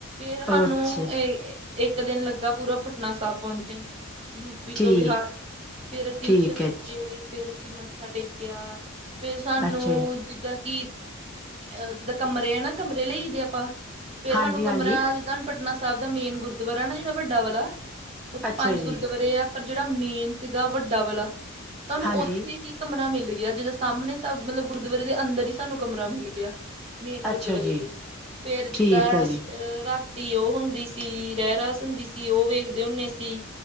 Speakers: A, on the right (about 25°); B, in the centre.
A: ਫੇਰ
B: ਅੱਛਾ
A: ਸਾਨੂੰ
B: ਜੀ,
A: ਇਹ ਇੱਕ ਦਿਨ ਲੱਗਾ ਪੂਰਾ ਪਟਨਾ ਸਾਹਿਬ ਪਹੁੰਚਣ ਚ ਯੂਪੀ
B: ਠੀਕ
A: ਤੋਂ ਬਿਹਾਰ ਫੇਰ ਅਸੀਂ
B: ਠੀਕ
A: ਉੱਥੇ ਪੁੱਜੇ,
B: ਹੈ ਜੀ
A: ਫੇਰ ਅਸੀਂ ਮੱਥਾ ਟੇਕਿਆ ਫਿਰ ਸਾਨੂੰ
B: ਅੱਛਾ ਜੀ
A: ਜਿੱਦਾਂ ਕਿ, ਅਹ ਜਿੱਦਾਂ ਕਮਰੇ ਆ ਨਾ ਕਮਰੇ ਲਈ ਦੇ ਆਪਾਂ ਫੇਰ
B: ਹਾਂਜੀ
A: ਸਾਨੂੰ ਕਮਰਾ
B: ਹਾਂਜੀ
A: ਜਿੱਦਾਂ ਪਟਨਾ ਸਾਹਿਬ ਦਾ ਮੇਨ ਗੁਰਦੁਆਰਾ ਨਾ ਜਿਹੜਾ ਵੱਡਾ ਵਾਲਾ ਓਥੇ
B: ਅੱਛਾ
A: ਪੰਜ
B: ਜੀ
A: ਗੁਰਦੁਆਰੇ ਆ ਪਰ ਜੇੜਾ ਮੇਨ ਸੀਗਾ ਵੱਡਾ ਵਾਲਾ, ਤਾਨੂੰ
B: ਹਾਂਜੀ
A: ਓਥੇ ਹੀ ਕਮਰਾ ਮਿਲ ਗੇਆ ਜਿਦਾ ਸਾਮਣੇ ਸਬ ਮਤਲਬ ਗੁਰਦੁਆਰੇ ਦੇ ਅੰਦਰ ਈ ਸਾਨੂੰ ਕਮਰਾ ਮਿਲ ਗੇਆ। ਮੇਨ ਗੁਰਦੁਆਰੇ
B: ਅੱਛਾ ਜੀ
A: ਦੇ, ਫੇਰ ਜਿੱਦਾਂ
B: ਠੀਕ
A: ਰਸ਼
B: ਹੈ ਜੀ
A: ਰਾਤ ਰਾਤੀ ਓ ਹੁੰਦੀ ਸੀ ਰਹਿਰਾਸ ਹੁੰਦੀ ਸੀ ਓ ਵੇਖਦੇ ਹੁੰਨੇ ਸੀ,